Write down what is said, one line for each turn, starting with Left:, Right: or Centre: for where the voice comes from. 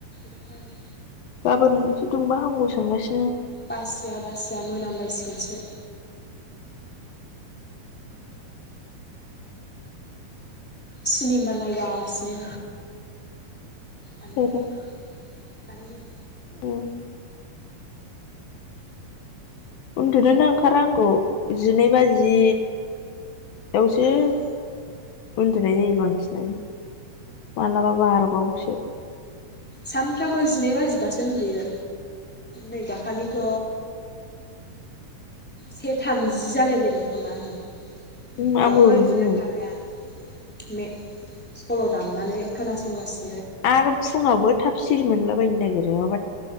Centre: अखायानो
Left: गाबोन एसे दुंबा हामौ सानगासि
Centre: बासिया बासिया मोनामलायसिगोनसो सिनेमा नायगासिनो आनै
Left: सोरो
Centre: मोनाहा आनै मोन
Left: उम उन्दुुनोनो ओंखारहांगौ जिनै बाजि दउसो
Centre: आंबो
Left: उन्दुनाय जायो बांसिनानो माब्लाबा बारबावसो
Centre: सानफ्रामबो जिनै बाजिबासो उन्दुयो नै दाखालिथ' से थामजि जालायलायदों खोमा आङो होनबाबो
Left: उम आंबो बिदिनो
Centre: उन्दुनो ओंखारगाया मे सल' दामनानै खोनासंगासि
Left: आरो फुङावबो थाब सिरि मोनलाबायायनो नागिरो माबा